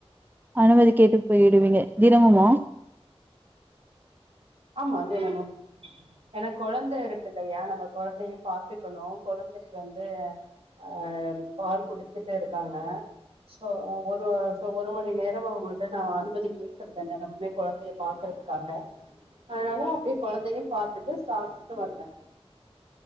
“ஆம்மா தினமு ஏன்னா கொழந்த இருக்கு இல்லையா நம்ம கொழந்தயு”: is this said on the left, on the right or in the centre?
Right